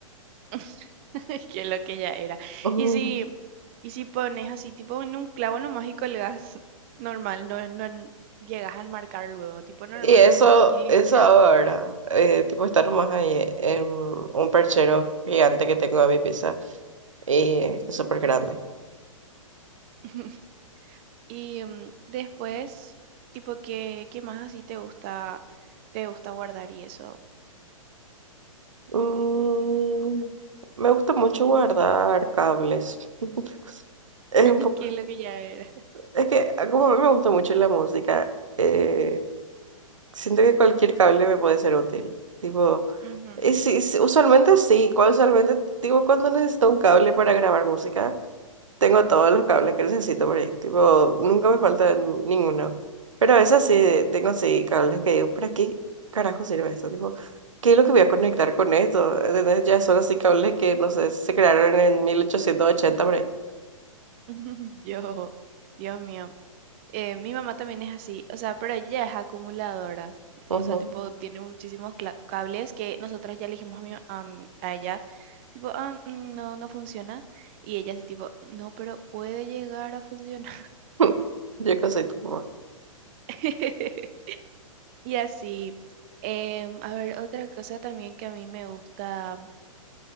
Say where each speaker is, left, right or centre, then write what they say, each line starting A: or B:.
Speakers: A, on the right; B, on the right.
A: <laughs> Que lo que ya era.
B: Ujú.
A: Y si, y si pones así, tipo en un clavo nomás y colgas normal, no, no en- llegas a marcar luego, tipo normal
B: Y eso,
A: nomás y limpia.
B: eso ahora, eh, tipo estar más ahí en un perchero gigante que tengo en mi pieza, y es súper grande.
A: <laughs> Y mm, después, tipo, ¿qué, qué más así te gusta, te gusta guardar y eso?
B: Mm, me gusta mucho guardar cables. <laughs> Es
A: <laughs>
B: un poco,
A: Que lo que ya era.
B: es que como a mí me gusta mucho la música, eh, Siento que cualquier cable me puede ser útil. Tipo,
A: Ujú.
B: eh, sí, sí, usualmente sí. cu- Usualmente, tipo, cuando necesito un cable para grabar música, tengo todos los cables que necesito por ahí. Tipo, nunca me falta n- ninguno. Pero a veces sí tengo sí cables que digo, ¿para qué carajo sirve esto? Tipo, ¿qué es lo que voy a conectar con esto? ¿Entendés? Ya son así cables que, no sé, se crearon en 1880 por ahí.
A: <laughs> Yo, Dios mío. Eh, mi mamá también es así, o sea, pero ella es acumuladora,
B: Ujú.
A: o sea, tipo, tiene muchísimos cla- cables que nosotras ya le dijimos a, mi, a, m- a ella, tipo, "Ah, mm, no, no funciona, y ella así, tipo, no, pero puede llegar a funcionar.
B: <laughs> Yo qué sé, tu mamá.
A: <laughs> Y así, Em, a ver, otra cosa también que a mí me gusta